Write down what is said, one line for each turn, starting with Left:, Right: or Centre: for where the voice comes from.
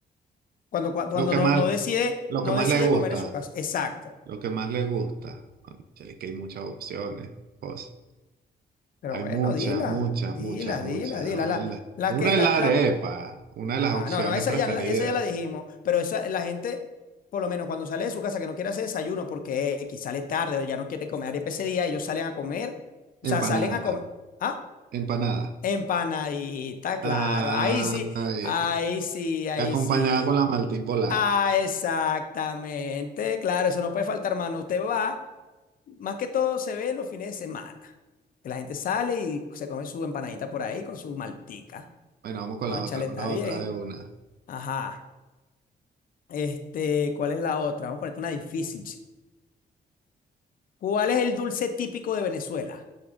Left: Cuando, cua- cuando
Right: Lo que
Left: no,
Right: más,
Left: no decide,
Right: lo
Left: no
Right: que más
Left: decide
Right: le gusta,
Left: comer en su casa. Exacto.
Right: lo que más le gusta. Cónchale, que hay muchas opciones. cosas.
Left: Pero
Right: Hay
Left: bueno,
Right: muchas,
Left: dila,
Right: muchas,
Left: dila,
Right: muchas, muchas.
Left: dila, dila.
Right: Ojalá.
Left: La, la
Right: Una
Left: que,
Right: es
Left: la,
Right: la arepa,
Left: la,
Right: una
Left: ajá,
Right: de las opciones
Left: no, no, esa
Right: preferidas.
Left: ya, la- esa ya la dijimos, pero esa, la gente, por lo menos cuando sale de su casa, que no quiere hacer desayuno porque X sale tarde o ya no quiere comer arepa ese día, ellos salen a comer, o sea,
Right: Empanada,
Left: salen a comer, ah,
Right: empanada.
Left: empanadita, claro,
Right: Ah,
Left: ahí sí,
Right: ahí
Left: ahí
Right: está.
Left: sí, ahí
Right: Acompañada
Left: sí.
Right: con la maltín polar.
Left: Ah, exactamente, claro, eso no puede faltar, mano. Usted va, más que todo se ve en los fines de semana, que la gente sale y se come su empanadita por ahí con su maltica.
Right: Bueno, vamos con
Left: Cónchale,
Right: la otra, con
Left: está
Right: la otra
Left: bien.
Right: de una.
Left: Ajá. Este, ¿cuál es la otra? Vamos a ponerte una difícil. chico. ¿Cuál es el dulce típico de Venezuela?